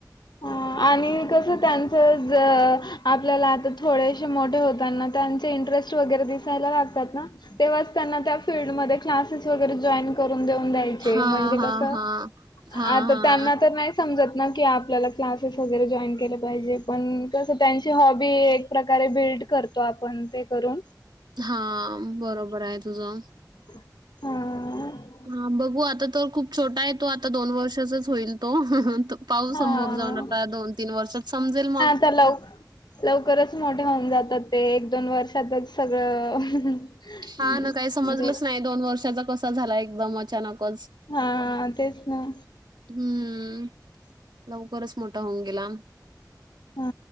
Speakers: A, on the left (about 75°); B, on the right (about 80°).
A: हा. आणि कसं त्यांचं आपल्याला आता थोडेसे मोठे होताना त्यांचे इंटरेस्ट वगैरे दिसायला लागतात ना तेव्हाच त्यांना फिल्डमध्ये क्लासेस वगैरे जॉईन करून धरून द्यायचे
B: हां,
A: म्हणजे
B: हां,
A: कस
B: हां. हां,
A: आ
B: हां.
A: त्यांना तर नाही समजत ना की आपण आपल्याला क्लासेस वगैरे जॉईन केलं पाहिजे पण कसं त्यांची हॉबी एक प्रकारे बिल्ड करते. करतो तो आपण ते करून.
B: हा बरोबर आहे तुझं.
A: हम्.
B: हा बघू आता तर खूप छोटा आहे तो आता दोन वर्षाचाच होईल तो. पाहू
A: हा
B: समोर जाऊन आता दोन तीन वर्षात समजेल मग.
A: च लव लवकरच मोठे होऊन जातात ते एक दोन वर्षातच सगळं.
B: हा
A: म्हणजे
B: ना काही समजलंच नाही दोन वर्षाचा कसा झाला एकदम अचानकच.
A: हा तेच ना.
B: हम्म लवकरच मोठा होऊन गेला.
A: हा